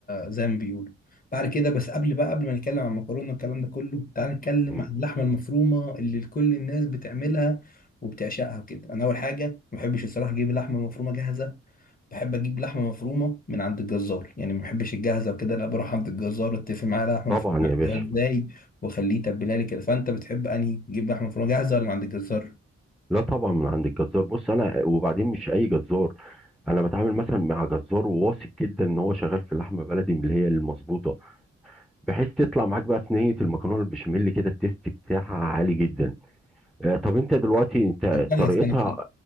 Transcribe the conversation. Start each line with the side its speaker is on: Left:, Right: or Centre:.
Left: زي ما بيقولوا بعد كده بس قبل بقى قبل ما نتكلم عن المكرونه والكلام ده كله تعال نتكلم
Centre: مم.
Left: عن اللحمه المفرومه اللي كل الناس بتعملها وبتعشقها كده انا اول حاجه ما بحبش الصراحه اجيب اللحمه المفرومه جاهزه بحب اجيب لحمه مفرومه من عند الجزار يعني ما بحبش الجاهزه وكده لا بروح عند الجزار اتفق معاه لحمه
Centre: طبعا
Left: مفرومه
Centre: يا باشا
Left: عايزها ازاي واخليه يتبلها لي كده فانت بتحب انهي تجيب لحمه مفرومه جاهزه ولا من عند الجزار
Centre: لا طبعا من عند الجزار بص انا وبعدين مش اي جزار انا بتعامل مثلا مع جزار واثق جدا ان هو شغال في اللحمه بلدي من اللي هي المظبوطه بحيث تطلع معاك بقى صينيه المكرونه البشاميل كده التيست بتاعها عالي جدا آه طب انت دلوقتي انت
Left: طب ثانيه
Centre: طريقتها
Left: ثانيه ثانيه